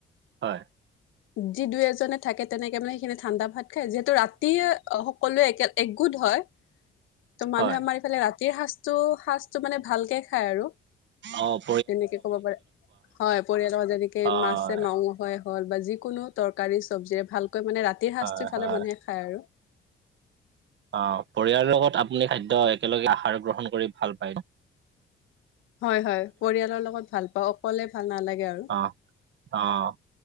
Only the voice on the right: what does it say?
হয়
হয়
অ'ৱ
হয়
হয় হয়
অ' পৰিয়াল লগত আপুনি খাদ্য একেলগে আহাৰ গ্ৰহণ কৰি ভাল পায় নে?
অ, অঁ,